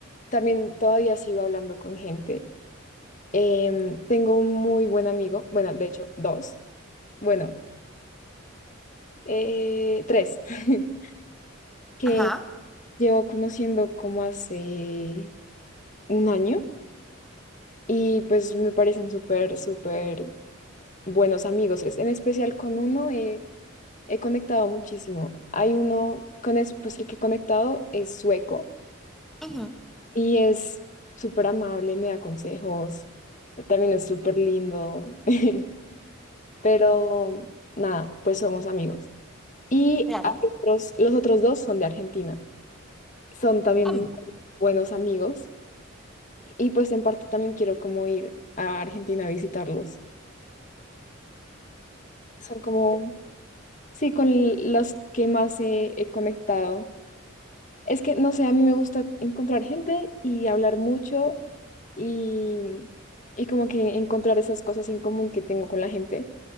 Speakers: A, on the left (about 35°); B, in the centre.
A: también todavía sigo hablando con gente. Em, tengo un muy buen amigo, bueno, de hecho, dos, bueno, eh, tres. <laughs> que
B: Ajá.
A: Llevo conociendo como hace un año y pues me parecen súper, súper buenos amigos. Es- En especial con uno he, he conectado muchísimo. Hay uno con es, pues el que he conectado es sueco
B: ujú,
A: y es súper amable, me da consejos, eh, también es súper lindo, <laughs> pero nada, pues somos amigos. Y
B: Claro.
A: hay otros, los otros dos son de Argentina. Son también
B: Am,
A: buenos amigos Y pues en parte también quiero como ir a Argentina a visitarlos. Son como, sí, con los que más he, he conectado. Es que, no sé, a mí me gusta encontrar gente y hablar mucho y, y como que encontrar esas cosas en común que tengo con la gente.